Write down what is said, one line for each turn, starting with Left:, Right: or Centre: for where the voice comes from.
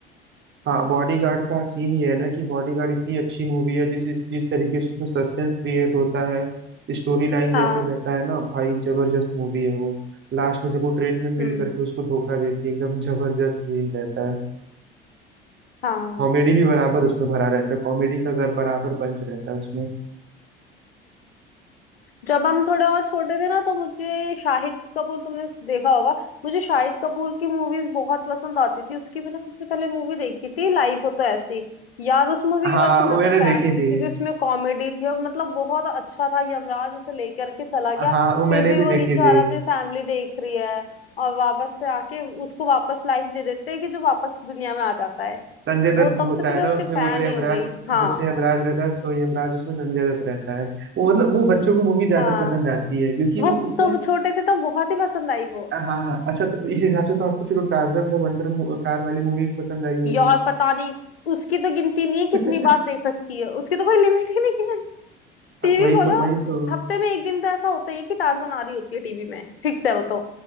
Right: हाँ बॉडीगार्ड का सीन ये है ना कि बॉडीगार्ड इतनी अच्छी मूवी है जिस जिस तरीके से उसमें सस्पेंस क्रिएट होता है स्टोरी लाइन
Left: हाँ
Right: जैसे रहता है ना भाई जबरदस्त मूवी है वो लास्ट में जब वो ट्रेन में मिल
Left: हम्म
Right: करके उसको धोखा देती है एकदम जबरदस्त सीन रहता है
Left: हाँ
Right: कॉमेडी भी बराबर उसमें भरा रहता है कॉमेडी का गर- बराबर पंच रहता है उसमें
Left: जब हम थोड़े और छोटे थे ना तो मुझे शाहिद कपूर तुमने देखा होगा मुझे शाहिद कपूर की मूवीज बहुत पसंद आती थी उसकी मैंने सबसे पहले मूवी देखी थी लाइफ हो तो ऐसी यार उस मूवी
Right: हाँ
Left: के बाद तो मैं
Right: वो मैंने
Left: तो फैन
Right: देखी
Left: हो
Right: थी
Left: गई क्योंकि उसमें कॉमेडी थी और मतलब बहुत अच्छा था यमराज उसे लेकर के चला गया
Right: हाँ वो मैंने
Left: फिर भी
Right: भी
Left: वो
Right: देखी
Left: नीचे आ
Right: थी
Left: रहा अपनी फैमिली देख रही है और वापस से आके उसको वापस लाइफ दे देते हैं कि जो वापस दुनिया में आ जाता है
Right: संजय दत्त
Left: वो
Right: वो
Left: तब
Right: होता
Left: से तो
Right: है
Left: मैं
Right: ना
Left: उसके
Right: उसमें
Left: फैन
Right: वो जो यमराज
Left: ही हो गई हाँ
Right: जब से यमराज रहता है तो यमराज उसमें संजय दत्त रहता है वो मतलब वो बच्चों को मूवी ज्यादा
Left: हाँ
Right: पसंद आती है क्योंकि
Left: वो
Right: वो उसमें
Left: तो छोटे थे तो बहुत ही पसंद आई वो
Right: हाँ हाँ हाँ। अच्छा तो इस हिसाब से तो आपको फिर वो टार्जन द वंडर मू- कार वाली मूवी भी पसंद आई होगी
Left: यार पता नहीं उसकी तो गिनती नहीं है कितनी
Right: <laughs>
Left: बार देख रखी है उसकी तो कोई लिमिट ही नहीं है टीवी
Right: हाँ, वही
Left: खोलो
Right: तो वही तो
Left: हफ्ते में एक दिन तो ऐसा होता ही है कि टार्जन आ रही होती है टीवी में फिक्स है वो तो